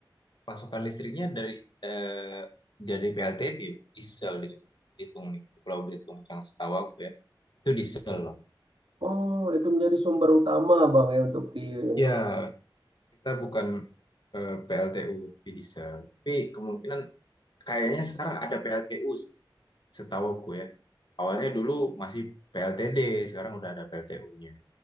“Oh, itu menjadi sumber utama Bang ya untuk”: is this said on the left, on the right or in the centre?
Right